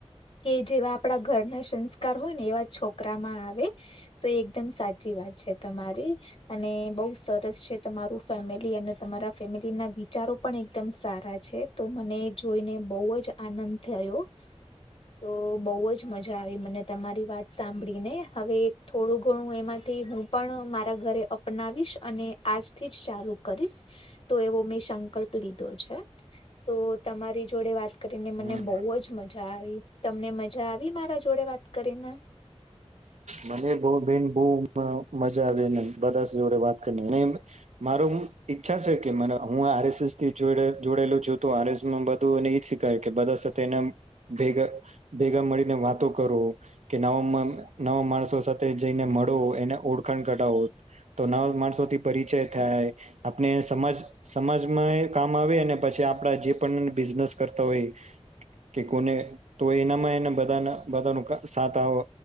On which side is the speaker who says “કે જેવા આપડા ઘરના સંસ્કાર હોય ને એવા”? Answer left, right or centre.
Left